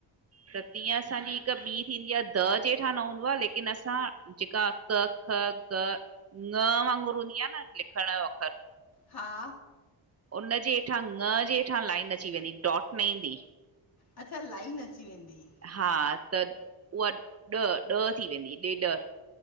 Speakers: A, on the right; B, on the left.
A: त तीअं असांजी हिक ॿीं थींदी आ, द जेठां न हूंदो आ, लेकिन असां जेका क, ख, ग, न वांगुर न हूंदी आ न लिखण जो अखर
B: हा
A: उन जे हेठां, न जे हेठां लाइन अची वेंदी, डॉट न ईंदी।
B: अच्छा, लाइन अची वेंदी ही।
A: हा त उहा ॾह ॾह थी वेंदी हुई, ॾेढ ॾ